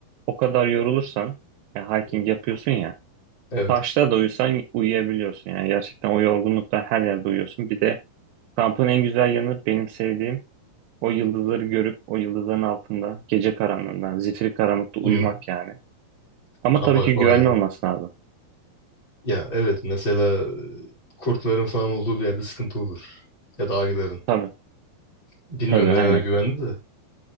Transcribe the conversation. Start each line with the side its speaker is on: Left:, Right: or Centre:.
Right: o kadar yorulursan, ya hiking
Left: Hı hı.
Right: yapıyorsun ya,
Left: Evet.
Right: taşta da uyusan uyuyabiliyorsun. Yani gerçekten o yorgunlukla her yerde uyuyorsun. Bir de kampın en güzel yanı benim sevdiğim O yıldızları görüp o yıldızların altında gece karanlığından, zifiri karanlıkta uyumak
Left: Hı hı.
Right: yani. Ama
Left: Aa,
Right: tabii
Left: bak
Right: ki
Left: o
Right: güvenli
Left: ayrı.
Right: olması lazım.
Left: Ya evet mesela e, kurtların falan olduğu bir yerde sıkıntı olur. Ya da ayıların.
Right: Tabii,
Left: Bilmiyorum
Right: tabii
Left: nelere
Right: aynen.
Left: güvendi de.